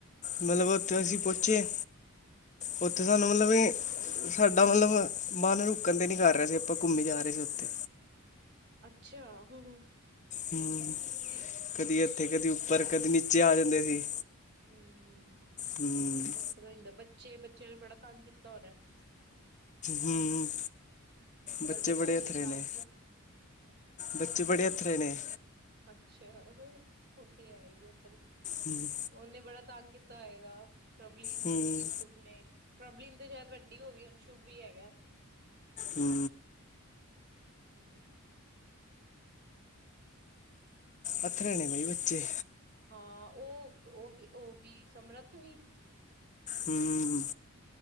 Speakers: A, on the left (about 35°); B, on the right (about 50°).
A: ਮਤਲਬ ਉੱਥੇ ਅਸੀਂ ਪਹੁੰਚੇ, ਉੱਥੇ
B: ਹੂੰ।
A: ਸਾਨੂੰ ਮਤਲਬ ਕਿ ਸਾਡਾ ਮਤਲਬ ਮਨ ਰੁਕਣ ਤੇ ਨਹੀਂ ਜਾ ਰਿਹਾ ਸੀ ਆਪਾਂ ਘੁੰਮੀ ਜਾ ਰਹੇ ਸੀ ਉੱਥੇ
B: ਅੱਛਾ ਹੂੰ
A: ਹੂੰ,
B: ਕੀ
A: ਕਦੀ
B: ਅੱਛਾ
A: ਇੱਥੇ ਕਦੀ ਉੱਪਰ ਕਦੀ ਨੀਚੇ ਆ ਜਾਂਦੇ ਸੀ।
B: ਹੂੰ,
A: ਹਮ,
B: ਇਸ ਤਰ੍ਹਾਂ ਹੁੰਦਾ ਬੱਚੇ-ਬੱਚਿਆਂ ਨੇ ਬੜਾ ਤੰਗ ਕੀਤਾ ਹੋਣਾ।
A: ਹੂੰ,
B: ਕਰਦੇ
A: ਬੱਚੇ
B: ਪਏ
A: ਬੜੇ
B: ਹੋਂਗੇ
A: ਅੱਥਰੇ
B: ਤੰਗ
A: ਨੇ। ਬੱਚੇ ਬੜੇ ਅੱਥਰੇ ਨੇ।
B: ਅੱਛਾ, ਉਹ ਤੇ ਹੈ ਹੀ ਆ ਫੇਰ।
A: ਹਮ,
B: ਉਹਨੇ ਬੜਾ ਤੰਗ ਕੀਤਾ ਹੌਏਗਾ ਪ੍ਰਬਲੀਨ
A: ਹਮ,
B: ਔਰ ਉਨੇ ਸ਼ੁਭ ਨੇ, ਪ੍ਰੋਬਲਨ ਤਾਂ ਸ਼ਾਇਦ ਵੱਡੀ ਹੋ ਗਈ ਹੁਣ ਸ਼ੁਭ ਹੀ ਹੈਗਾ।
A: ਹੂੰ
B: ਹੂੰ-ਹੂੰ
A: ਅੱਥਰੇ ਨੇ ਬਾਈ ਬੱਚੇ।
B: ਹਾਂ ਉਹ -ਉਹ ਵੀ ਉਹ ਵੀ ਸਮਰੱਥ ਵੀ
A: ਹੂੰ